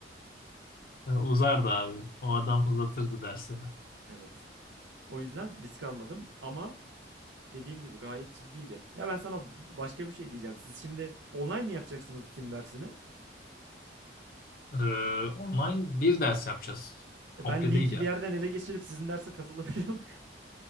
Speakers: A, on the left; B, on the right.
A: Ya Uzardı abi. O adam uzatırdı dersini.
B: Evet. O yüzden risk almadım ama dediğim gibi gayet ciddiydi. Ya ben sana başka bir şey diyeceğim. Siz şimdi online mi yapacaksınız sim dersini?
A: Ee, online bir ders yapacağız. Komple
B: E, Ben linki
A: değil ya.
B: bir yerden ele geçirip sizin derse katılabiliyor muyum? <laughs>